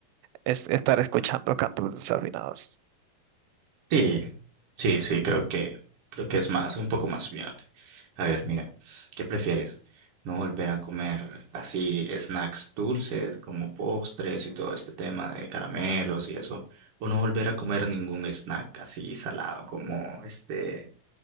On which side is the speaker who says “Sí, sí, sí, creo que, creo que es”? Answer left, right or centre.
Right